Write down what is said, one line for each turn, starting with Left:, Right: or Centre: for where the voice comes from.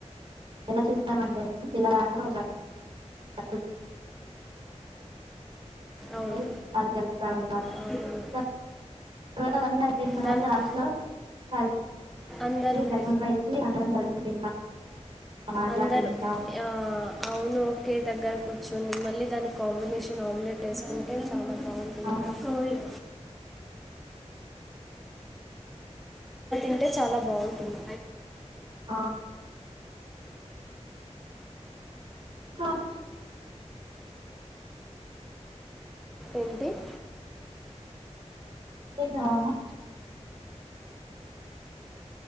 Right: ఎలా చూస్తామండి పిల్లల మందారం వచ్చాము <unintelligible> అంటే
Centre: అవును
Right: పలకల్ సవెన్ పారు
Centre: అవును
Right: స తర్వాత వన్ సారీ పోయిన తర్వాత
Centre: దాంట్-
Right: లాస్ట్ లో కాల్
Centre: అందరూ-
Right: ప్లేట్ లో రైస్ అంతా ఏసీ అందరం కలిసి <unintelligible> మాట్లాడుకుంటాం
Centre: అందరు ఆ అవును ఓకే దగ్గర కూ ర్చొని మళ్ళీ దానికి కాంబినేషన్ ఆమ్లెట్ వేసుకుంటే చాలా బాగుంటుంది
Right: ఆ,
Centre: అంటే చాలా బాగుంటుంది
Right: ఆ <inaudible>
Centre: ఏంటి <inaudible>
Right: తే కావాలా